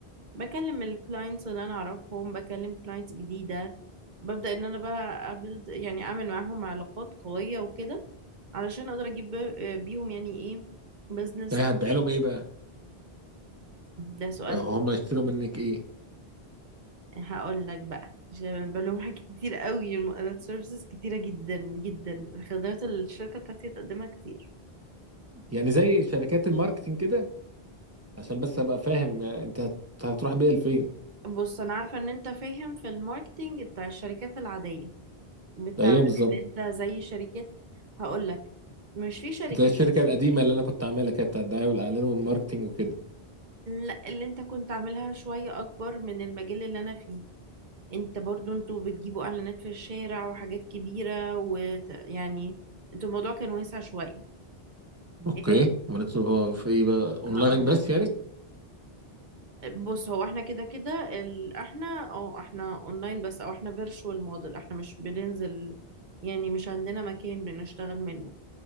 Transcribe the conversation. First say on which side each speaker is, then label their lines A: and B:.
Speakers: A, on the right; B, on the right.
A: بكلم الكلاينتس اللي انا اعرفهم بكلم كلاينتس جديده ببدا ان انا بقى أبلد يعني اعمل معاهم علاقات قويه وكده علشان اقدر اجيب ب- بيهم يعني ايه بزنس
B: ايه هتبيع لهم ايه بقى
A: ده سؤال
B: او هم يشتروا منك ايه
A: هقول لك بقى عشان بلوم حاجات كتير قوي السيرفيسز كتيره جدا جدا خدمات الشركه بتاعتي تقدمها كتير
B: يعني زي شركات الماركتينج كده عشان بس ابقى فاهم يعني انت هت- هتروح بيها لفين
A: بص انا عارفه ان انت فاهم في الماركتينج بتاع الشركات العاديه بتاع
B: ايوه بالظبط
A: ان انت زي شركات هقول لك مش في شركات
B: زي الشركة القديمة اللي انا كنت عاملها كده بتاع الدعاية والاعلان والماركتينج وكده
A: لا اللي انت كنت عاملها شوية اكبر من المجال اللي انا فيه انت برضو انتوا بتجيبوا اعلانات في الشارع وحاجات كبيرة ويعني انتوا الموضوع كان واسع شوية
B: اوكي
A: ايه
B: ومالتش في ايه بقى اونلاين
A: هقول
B: بس يعني
A: بص هو احنا كده كده ال... احنا اه احنا اونلاين بس او احنا فيرتشوال موديل احنا مش بننزل يعني مش عندنا مكان بنشتغل منه